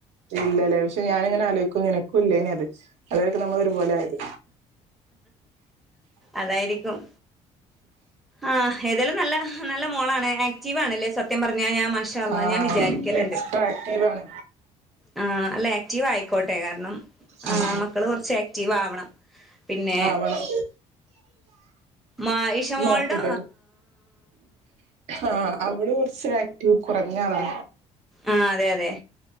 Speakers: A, on the right (about 65°); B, in the centre.
A: ഇല്ലല്ലേ പക്ഷെ ഞാന ഇങ്ങനെ ആലോചിക്കും അത് നിനക്കും ഇല്ലേ നി അത് അതായിരിക്കും നമ്മള ഒരുപോലെ ആയത്
B: അതായിരിക്കും ആ ഏതായാലും നല്ല നല്ല മോളാണ് ആക്റ്റീവ് ആണല്ലേ സത്യം പറ പറഞ്ഞ ഞാൻ മഷ അല്ലാ
A: ആഹ്
B: ഞാൻ വിചാരിക്കലുണ്ട്
A: എക്സ്ട്രാ ആക്റ്റീവ് ആണ്
B: ആ അല്ല ആക്റ്റീവ് ആയിക്കോട്ടെ കാരണം
A: ഉം
B: ആ മക്കള് കുറച്ച് ആക്റ്റീവ് ആവണം പിന്നെ
A: ആ വേണം
B: മാ ഇഷമോൾടെ
A: നോക്കട്ടട്ട ആ അവള് കുറച്ച് ആക്ടി കുറഞ്ഞളാണ്
B: ആ അതെ അതെ